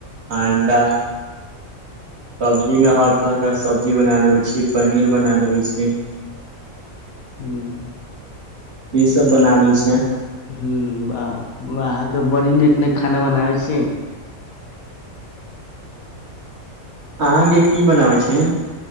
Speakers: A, on the right; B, on the left.
A: انڈا سبزی میں ہر طرح کا سبزی بنا لیے چ پنیر بنا لیے چ
B: ہوں
A: یہ سب بنا لیے چ
B: ہ ااں کے بڑی نیک نیک کھانا بنابے سے
A: اہاں کے کی بناوے چ